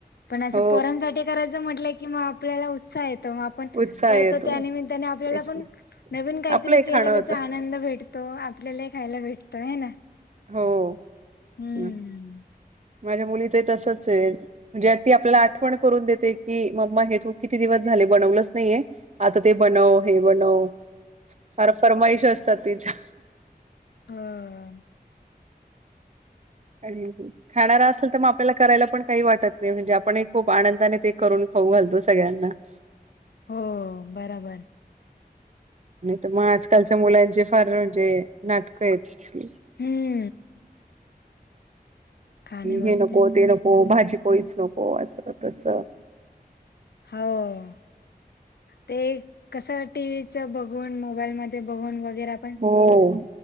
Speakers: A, on the left; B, on the right.
A: पण असं
B: हो
A: पोरांसाठी करायचं म्हटलं की आपल्याला उत्साह येतो आपण
B: उत्साह
A: करतो
B: येतो
A: त्या निमित्ताने आपल्याला
B: तेच
A: पण
B: ना
A: नवीन काहीतरी
B: आपलं एक
A: केलेल्याचा
B: खाणं होतं
A: आनंद भेटतो तो आपल्यालाही खायला भेटतं हाय ना?
B: हो
A: हम्म.
B: ते ना माझ्या मुलीचं ही तसंच ए म्हणजे ती, आपल्याला आठवण करून देते की, मम्मा हे तू किती दिवस झाले बनवलंच नाहीये आता ते बनव... हे बनव... फार फरमाईश असतात तिच्या
A: अ अ.
B: आडवी येतीस. खाणारा असेल, तर मग आपल्याला करायला पण काही वाटत नाही, म्हणजे आपण ही खूप आनंदाने ते करून खाऊ घालतो सगळ्यांना. <inaudible>
A: हो बराबर.
B: नाही तर मग आजकालच्या मुलांचे फार म्हणजे नाटकं आहेत.
A: हम्म खाण्याबाबतीत
B: हे नको... ते नको, भाजी पोळीच नको, असं तसं
A: हाव. ते कसं टीव्हीचं बघून, मोबाईलमधे बघून मग वगैरे आपण,
B: हो